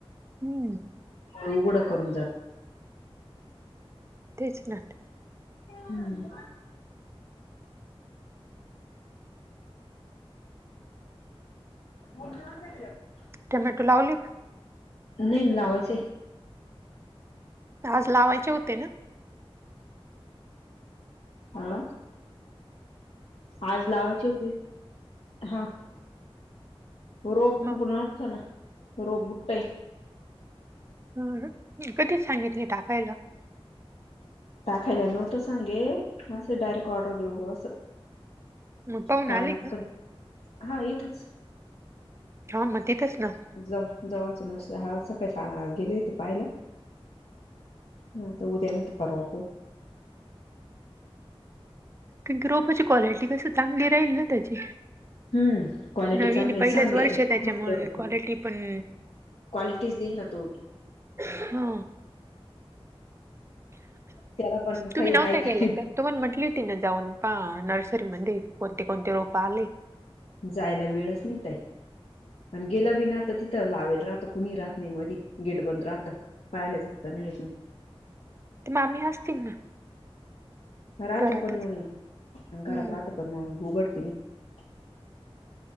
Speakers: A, on the right; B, on the left.
A: हम्म
B: उघडं करून जात.
A: तेच नाटक
B: हम्म. म जात.
A: टमॅटो लावली.
B: नाहीय लावायचे.
A: तज लावायचे होते ना.
B: आा आज लावायचे होते हा रोप
A: मग
B: फथ ना रोप बुटे
A: ह कधीच सांगितले टाकायला
B: टाखयला नत सांगेल असं डायरेक्ट ऑर्डर देऊ बं
A: मग पाहून
B: कारण
A: आले का
B: क हा येतच
A: हा मग तिथच ना
B: जव जवळच नर्स हा सकाळी गेली होती पाहायला हा आता उद्या नाही तर परवा पाहू
A: कं क रोपाची क्वालिटी कस चांगली राहील ना त्याची
B: हम्म क्वालिटी
A: नवीन
B: चांगली
A: पहिलंच
B: सांगे
A: वर्ष त्याच्यामुळे क्वालिटी पण
B: क्वालिटीज देई ना तूी
A: हा
B: त्याला पण
A: तुम्ही
B: काही
A: नव्हता
B: हाय
A: केला
B: नाही,
A: का. तुम्हाला म्हटली हो ती ना जाऊन प नर्सरी मध्ये कोणती कोणती रोप आले
B: जायला वेळच नाही ताई आणि गेलं बी ना तर तिथं लावावेल राहत कुणी राहत नाही मधी गेट बंद राहतं पाहिला जाता नाही येत ना
A: ते मामी असतील ना
B: रहाते
A: घरातच
B: पण मग
A: हम्म
B: घरात राहाते पण मग उघडती नाही